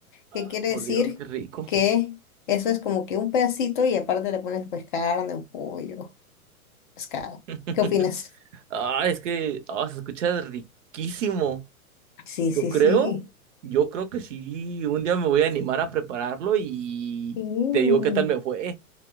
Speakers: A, on the right; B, on the left.
A: ah,
B: que quiere
A: por
B: decir?
A: Dios, qué rico.
B: Que eso es como que un pedacito y aparte le pones pues carne, un pollo, pescado.
A: <laughs>
B: ¿Qué opinas?
A: Ah, es que ah, se escucha riquísimo.
B: Sí,
A: Yo
B: sí,
A: creo,
B: sí.
A: yo creo que sí, un día me voy a animar a prepararlo y
B: Sí.
A: te digo qué tal me fue.